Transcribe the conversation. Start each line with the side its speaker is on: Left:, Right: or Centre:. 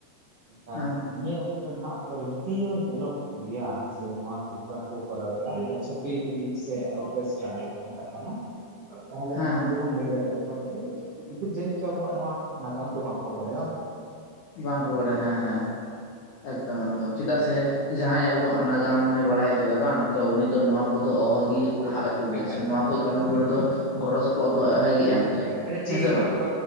Right: ᱮᱠᱷᱟᱱ
Left: ᱦᱮᱸ
Right: ᱱᱤᱭᱟᱹ ᱚᱠᱛᱚ ᱨᱮ ᱱᱟᱦᱟᱜ ᱚᱠᱛᱚ ᱨᱮ ᱡᱩᱫᱤᱳ ᱧᱮᱞᱚᱜ ᱜᱮᱭᱟ ᱡᱮ ᱱᱚᱣᱟ ᱯᱨᱳᱜᱨᱟᱢ ᱠᱚ ᱠᱚᱨᱟᱣ ᱮᱫᱼᱟ ᱪᱷᱟᱯᱠᱨᱤ ᱜᱤᱨᱤ ᱥᱮ ᱚᱨᱜᱮᱥᱴᱟ ᱠᱚ ᱢᱮᱛᱟᱜ ᱠᱟᱱᱟ ᱛᱟᱦᱚᱞᱮ
Left: ᱦᱮᱸ
Right: ᱩᱱᱠᱩ ᱫᱚᱵᱚᱱ ᱞᱟᱹᱭ ᱫᱟᱲᱮᱭᱟ ᱠᱚ ᱦᱚᱭ ᱡᱮ ᱩᱱᱠᱩ ᱡᱟᱹᱱᱤᱡ ᱪᱚᱝ ᱟᱵᱚᱣᱟᱜ ᱱᱚᱣᱟ ᱱᱟᱜᱟᱢ ᱫᱚ ᱵᱟᱝ ᱠᱚ ᱵᱟᱲᱟᱭᱟ ᱵᱟᱝᱸ ᱥᱮ
Left: ᱵᱟᱝ ᱠᱚ ᱵᱟᱲᱟᱭᱟ ᱦᱮᱸᱼᱼ ᱮᱠᱫᱚᱢ ᱮᱠᱫᱚᱢ ᱪᱮᱫᱟᱜ ᱥᱮ ᱡᱟᱦᱟᱸᱭ ᱟᱵᱚᱣᱟᱜ ᱱᱟᱜᱟᱢ ᱮ ᱵᱟᱲᱟᱭ ᱠᱮᱫᱟ ᱵᱟᱝ ᱛᱚ ᱩᱱᱤ ᱫᱚ ᱱᱚᱣᱟ ᱠᱚᱫᱚ ᱚᱦᱚᱜᱤ ᱞᱟᱦᱟ ᱦᱚᱪᱚ ᱜᱮᱭᱟ
Right: ᱮᱠᱟᱞ
Left: ᱥᱮ
Right: ᱮᱠᱟᱞ
Left: ᱱᱚᱣᱟ ᱠᱚ ᱠᱟᱹᱢᱤ ᱠᱚᱨᱮᱫᱚ ᱜᱚᱲᱚ ᱯᱚᱫ ᱫᱚ
Right: ᱦᱮᱸ
Left: ᱚᱦᱚᱜᱤᱭ ᱮᱢ ᱠᱮᱫᱮᱜᱼᱟ
Right: ᱟᱪᱪᱷᱟ ᱴᱷᱤᱠ
Left: ᱦᱮᱸ
Right: ᱜᱮᱭᱟ
Left: ᱥᱮ
Right: ᱜᱚᱝᱠᱮ
Left: ᱵᱟᱝ
Right: ᱯᱚᱨᱮ